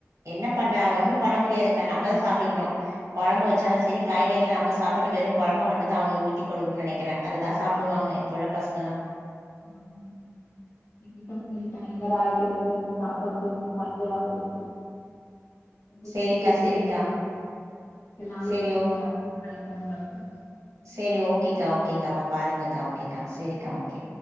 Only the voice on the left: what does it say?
அது
<inaudible> சரி பா சரி டைம் வேற ஆயிட்டேருக்கு எனக்கு சாப்பாடு செய்யணு சாய்ங்காலோ ஆயிடுச்சு கண்டிப்பா
சரி வைக்கட்டுங்களா
நாளைக்கு
பேசலா வர நாளைக்கு ஃபோன் பண்ற